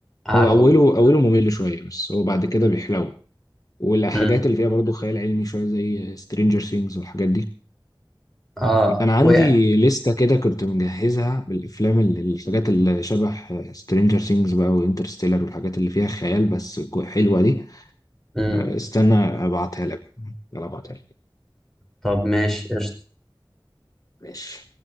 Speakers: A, in the centre; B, on the left.
A: عارفه
B: هو اوله اوله ممل شويه بس هو بعد كده بيحلو والحاجات
A: امم
B: اللي فيها برضو خيال علمي شويه زي سترينجر سينجز والحاجات دي
A: اه
B: انا عندي
A: وقع
B: لستة كده كنت مجهزها بالافلام اللي الحاجات اللي شبه سترينجر سينجز بقى وانترستيلر والحاجات اللي فيها خيال بس كو- حلوه دي
A: امم
B: آه، استنى ابعتها لك يلا ابعتها لك
A: طب ماشي قشطه
B: ماشي